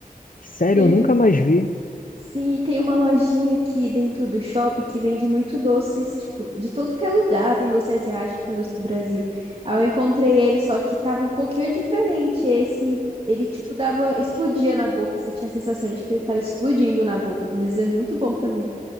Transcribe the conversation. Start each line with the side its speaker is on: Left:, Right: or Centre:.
Left: Sério,
Right: Tem
Left: eu nunca
Right: um-
Left: mais vi.
Right: sim, tem uma lojinha aqui dentro do shopping que vende muito doces, tipo, de todo que é lugar. Tem doce asiático, tem doce do Brasil. Aí eu encontrei ele, só que tava um pouquinho diferente. Esse, ele, tipo, dava, explodia na boca. Você tinha a sensação de que ele tava explodindo na boca. Mas é muito bom também.